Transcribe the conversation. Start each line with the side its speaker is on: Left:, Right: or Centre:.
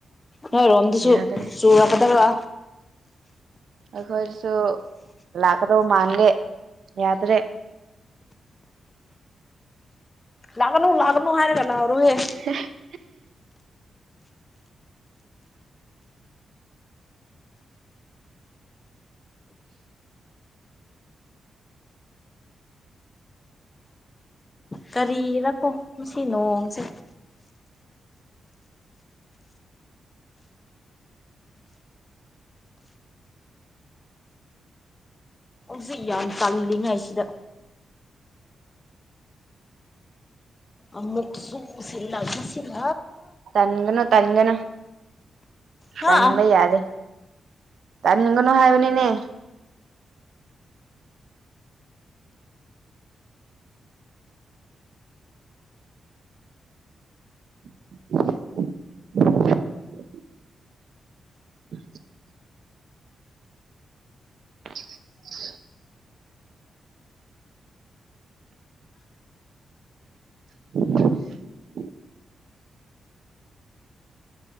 Left: ꯅꯣꯏꯔꯣꯝꯗꯁꯨ
Right: ꯌꯥꯗ꯭ꯔꯦ
Left: ꯆꯨꯔꯛꯀꯗꯕ
Right: ꯑꯩꯈꯣꯏꯗꯁꯨ ꯂꯥꯛꯀꯗꯧ ꯃꯜꯂꯦ ꯌꯥꯗ꯭ꯔꯦ
Left: ꯂꯥꯛꯒꯅꯨ ꯂꯥꯛꯒꯅꯨ ꯍꯥꯏꯔꯒ ꯂꯥꯎꯔꫭꯍ‌ꯦ
Right: <unintelligible>
Left: ꯀꯔꯤꯔꯀꯣ ꯉꯁꯤ ꯅꯣꯡꯁꯦ ꯍꯧꯖꯤꯛ ꯌꯥꯝ ꯇꯜꯂꯤꯉꯩꯁꯤꯗ ꯑꯃꯨꯛꯀꯥ ꯆꯨꯁꯤꯜꯂꯛ ꯄꯁꯤꯅ
Right: ꯇꯟꯒꯅꯣ ꯇꯟꯒꯅꯣ
Left: ꯍꯥ
Right: ꯇꯟꯕ ꯌꯥꯗ‌ꯦ ꯇꯥꯟꯒꯅꯨ ꯍꯥꯏꯕꯅꯤꯅꯦ <unintelligible> <unintelligible> <unintelligible> <unintelligible>